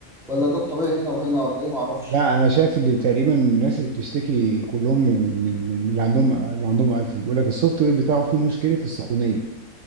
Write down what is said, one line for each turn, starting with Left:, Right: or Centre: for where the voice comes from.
Centre: ولا ده الطبيعي هنا وهنا ولا ايه ما اعرفش
Right: لا انا شايف ان تقريبا الناس اللي بتشتكي كلهم من من من اللي عندهم اللي عندهم ايفون بيقول لك السوفت وير بتاعه فيه مشكله السخونيه